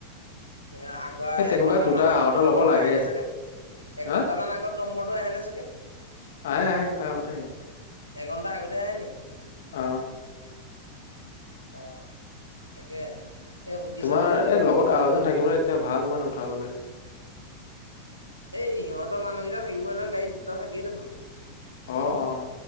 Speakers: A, on the left; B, on the left.
A: সেই আগৰ
B: সেই তেনেকুৱা
A: এঘন্ট
B: দুটা
A: মান আগত
B: এটা
A: নম্বৰটো
B: লগৰ লাগে
A: আহে নে চাগে এঘন্ট
B: হা
A: মান আগত নম্বৰ আহে নে চাগে।
B: আহে - আহে তাৰ আগত এ আহে।
A: এঘন্টা আগতে আহনি?
B: অহ ',
A: অ, তাকে। এই সুধি
B: তোমাৰ
A: চাব লাগিব
B: এই
A: ক'ত
B: লগত আৰু এজন থাকিবলৈ এতিয়া ভাল মানে উঠাবলৈ।
A: এই সিহতৰ মানুহকেইটা থাকিবই নহয় গাড়ীত দুটা থাকেই দেখোন।
B: অ', অ',